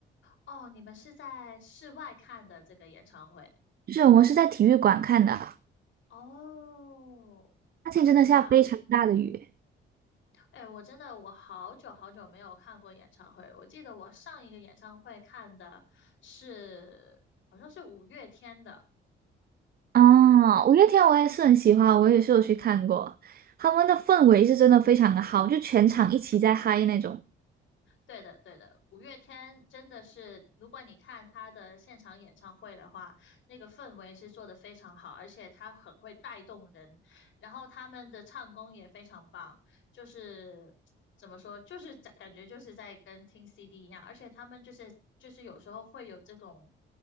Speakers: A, on the left (about 70°); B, on the right (about 50°).
A: 哦，你们是在室外看的这个演唱会？
B: 就是我们是在体育馆看的，
A: 哦，
B: 那天真的下非常大的雨
A: 天呐，哎，我真的我好久好久没有看过演唱会了我记得我上一个演唱会看的是好像是五月天的，
B: 啊！五月天我也是很喜欢，我也是有去看过，他们的氛围是真的非常的好，就全场一起在嗨那种。
A: 对的，对的，五月天真的是，如果你看他的现场演唱会的话，那个氛围是做的非常好，而且他很会带动人，然后他们的唱功也非常棒，就是怎么说，就是感感觉就是在跟听 CD 一样，而且他们就是就是有时候会有这种，